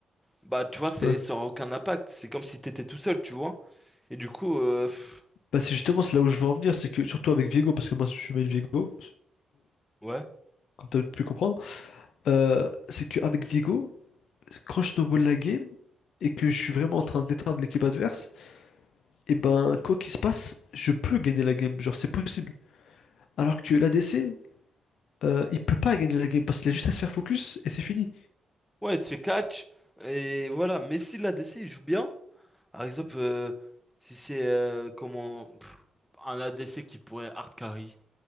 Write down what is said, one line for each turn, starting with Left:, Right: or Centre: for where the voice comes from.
Centre: bah tu vois, c'est,
Left: Ouais.
Centre: ça aura aucun impact. C'est comme si t'étais tout seul, tu vois. Et du coup, euh, pff,
Left: Bah, c'est justement, c'est là où je veux en venir, c'est que, surtout avec Viego, parce que moi, je suis main Viego,
Centre: ouais.
Left: comme tu as pu comprendre, euh, c'est qu'avec Viego, quand je snowball la game et que je suis vraiment en train d'éteindre l'équipe adverse, et ben quoi qu'il se passe, je peux gagner la game, genre c'est possible. Alors que l'ADC, euh, il peut pas gagner la game parce qu'il a juste à se faire focus et c'est fini.
Centre: Ouais, tu fais catch, et voilà. Mais si l'ADC il joue bien, par exemple, euh, si c'est euh, comment pff, un ADC qui pourrait hard carry,